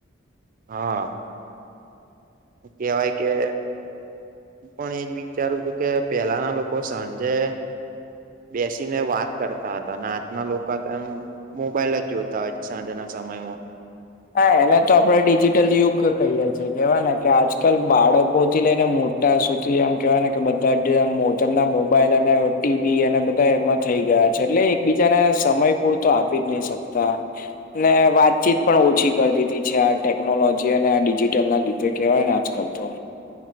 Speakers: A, on the right; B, on the left.
A: હા. કેવાય કે હું પણ એજ વિચારું છું કે પેલાના લોકો સાંજે બેસીને વાત કરતા હતા અન આજના લોકા તો એમ મોબાઈલ જ જોતા હોય સાંજના સમયમાં.
B: હા એને તો આપણે ડિજિટલ યુગ કહીએ છીએ કેવાય ને કે આજકાલ બાળકો થી લઈને મોટ ટા સુધી આમ કેવાય ને કે બધા ટેઆ મોટરના મોબાઈલ અને ટીવી અને બધા એમાં થઈ ગયા છે, એટલે એકબીજાને સમય પૂરતો આપી જ નહી શકતા ને વાતચીત પણ ઓછી કર દીધી છે, આ ટેકનોલોજી અને આ ડિજીટલ ના લીધે કેહેવાય ને આજકાલ તો.